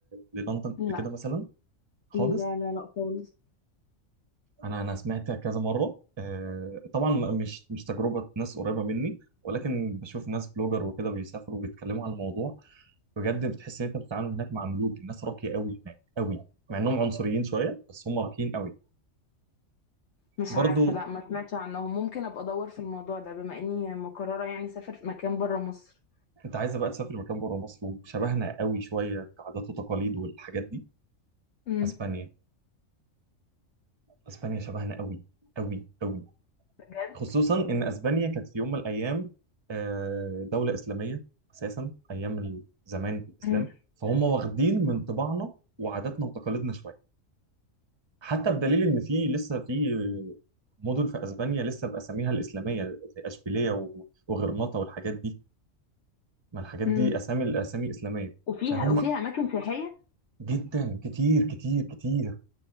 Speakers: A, on the right (about 25°); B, on the left (about 60°).
A: للندن قبل
B: لا
A: كده مثلا خالص
B: لا لا لا خالص
A: انا انا سمعت كذا مره آه، طبعا م- مش مش تجربه ناس قريبه مني ولكن بشوف ناس بلوجر وكده بيسافروا وبيتكلموا عن الموضوع بجد بتحس ان انت بتتعامل هناك مع ملوك الناس راقيه قوي هناك قوي مع انهم عنصريين شويه بس هم راقيين قوي
B: مش
A: برضو
B: عارفة لا ما سمعتش عنهم ممكن ابقى ادور في الموضوع ده بما اني مقررة يعني اسافر في مكان بره مصر
A: انت عايزه بقى تسافر مكان بره مصر وشبهنا قوي شويه كعادات وتقاليد والحاجات دي
B: امم
A: اسبانيا اسبانيا شبهنا قوي قوي قوي
B: بجد
A: خصوصا ان اسبانيا كانت في يوم من الايام آه، دوله اسلاميه اساسا ايام ال- زمان في الاسلام
B: امم
A: فهم واخدين من طباعنا وعاداتنا وتقاليدنا شويه حتى بدليل ان في لسه في مدن في اسبانيا لسه باساميها الاسلاميه زي اشبيليه و- وغرناطه والحاجات دي ما الحاجات
B: امم
A: دي اسامي الاسامي اسلاميه
B: وفيها
A: فهم
B: وفيها اماكن سياحيه
A: جدا كتير كتير كتير